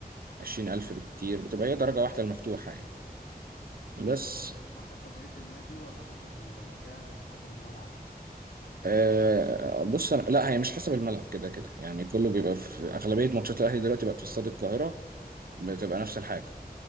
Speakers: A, on the right; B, on the left.
A: 20000 بالكتير بتبقى هي درجة واحدة المفتوحة يعني بس
B: ده بيبقى حسب رئيس النادي ولا حسب المكان ولا حسب الملعب
A: آه، بص أنا لا هي مش حسب الملعب كده كده يعني كله بيبقى في في أغلبية ماتشات الأهلي دلوقتي بقت في استاد القاهرة بتبقى نفس الحاجة